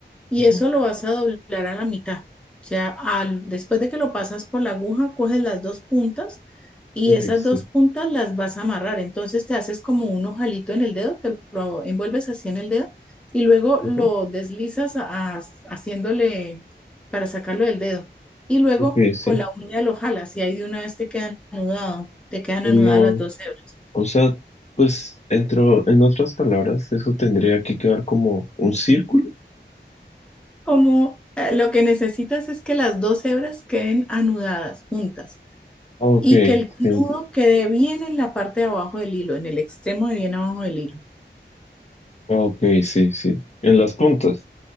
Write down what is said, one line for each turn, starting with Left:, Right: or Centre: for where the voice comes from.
Centre: y
Left: Ujú,
Centre: eso lo vas a doblar a la mitad. O sea, al, después de que lo pasas por la aguja, coges las dos puntas y
Left: Ok,
Centre: esas
Left: sí.
Centre: dos puntas las vas a amarrar. Entonces te haces como un ojalito en el dedo, te lo envuelves así en el dedo y luego
Left: ujú,
Centre: lo deslizas a- a- haciéndole para sacarlo del dedo. Y luego
Left: Ok, sí.
Centre: con la uña lo jalas y ahí de una vez te quedan anudado, te quedan
Left: El
Centre: anudadas
Left: nodo.
Centre: las dos hebras.
Left: O sea, pues, entro, en otras palabras, eso tendría que quedar como un círculo.
Centre: Como eh, lo que necesitas es que las dos hebras queden anudadas juntas.
Left: Ok,
Centre: y que el
Left: sí.
Centre: nudo quede bien en la parte de abajo del hilo, en el extremo de bien abajo del hilo.
Left: Ok, sí, sí. En las puntas.